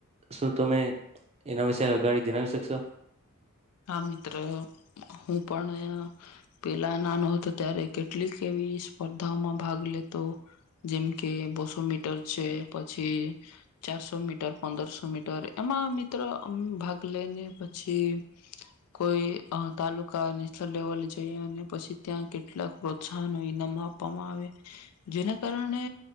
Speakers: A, on the right; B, on the left.
A: શું તમે એના વિશે અગાડી જણાવી શકશો?
B: હા મિત્ર. હું પણ પેલા નાનો હતો ત્યારે કેટલીક એવી સ્પર્ધાઓમાં ભાગ લેતો જેમ કે બસો મીટર છે, પછી ચારસો મીટર, પંદરસો મીટર એમાં મિત્ર ભાગ લઈને પછી કોઈ અહ તાલુકા નેશનલ લેવલે જઈ અને પછી ત્યાં કેટલાક પ્રોત્સાહન ઈનામ આપવામાં આવે. જેના કારણે